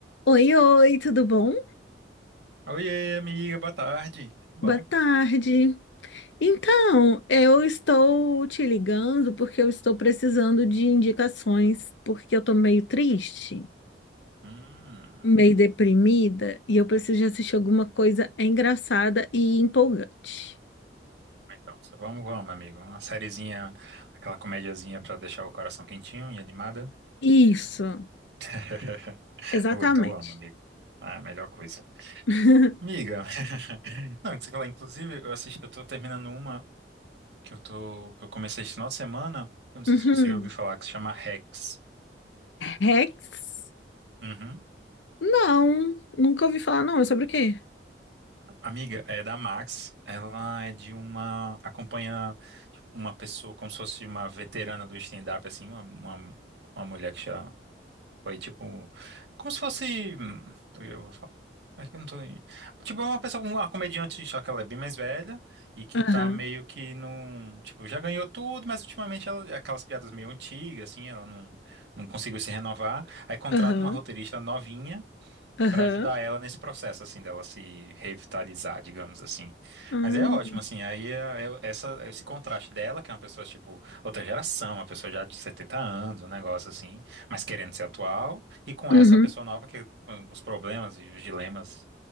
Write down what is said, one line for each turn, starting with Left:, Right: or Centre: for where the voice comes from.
Left: Oi, oi, tudo bom?
Right: Oiê, amiga, boa tarde. Tudo
Left: Boa
Right: Bom?
Left: tarde. Então, eu estou te ligando porque eu estou precisando de indicações, porque eu tô meio triste,
Right: Hum,
Left: meio deprimida e eu preciso de assistir alguma coisa engraçada e empolgante.
Right: então, só vamos, vamos, amigo. Uma sériezinha, aquela comediazinha pra deixar o coração quentinho e animada.
Left: Isso,
Right: <laughs>
Left: exatamente.
Right: Ou então vamos, amigo. Ah, melhor coisa.
Left: <laughs>
Right: Amiga, <laughs> não, que você falar, inclusive, eu assisti, eu tô terminando uma que eu tô, que eu comecei esse final de semana. Eu não sei
Left: Uhum.
Right: se você já ouviu falar, que se chama Rex.
Left: Rex?
Right: Uhum.
Left: Não, nunca ouvi falar, não. É sobre o quê?
Right: Amiga, é da Max. Ela é de uma, acompanha tipo, uma pessoa como se fosse uma veterana do stand-up, assim, uma, uma, uma mulher que já Foi tipo, um- como se fosse, hum, eu vou falar, acho que eu não tô, em- tipo, é uma pessoa, um, uma comediante, só que ela é bem mais velha e que
Left: Aham,
Right: tá meio que num, tipo, já ganhou tudo, mas ultimamente ela, aquelas piadas meio antigas, assim, ela não, não conseguiu se renovar, aí contrata
Left: aham,
Right: uma roteirista novinha
Left: aham.
Right: para ajudar ela nesse processo, assim, dela se revitalizar, digamos assim.
Left: Hum.
Right: Mas é ótimo, assim, aí é- é essa, esse contraste dela, que é uma pessoa, tipo, outra geração, uma pessoa já de 70 anos, um negócio assim, mas querendo ser atual, e com
Left: Uhum.
Right: essa pessoa nova, que com os problemas e os dilemas